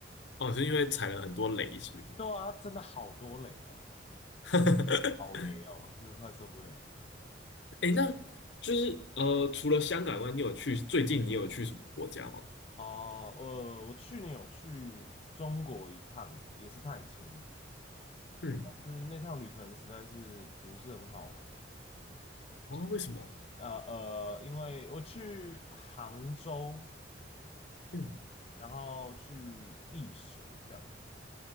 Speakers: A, on the left (about 70°); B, on the left (about 35°).
A: 哦，是因为踩了很多雷，是不是？
B: 对啊，真的好多雷哦，
A: <laughs>
B: 好雷哦，真的快受不了了。
A: 哎，那就是呃，除了香港外，你有去最近你有去什么国家吗？
B: 哦，呃，我去年有去中国一趟，也是探亲，
A: 嗯，
B: 但是那趟旅程实在是不是很好玩。
A: 啊，为什么？
B: 呃呃，因为我去杭州，
A: 嗯，
B: 然后去丽水这样。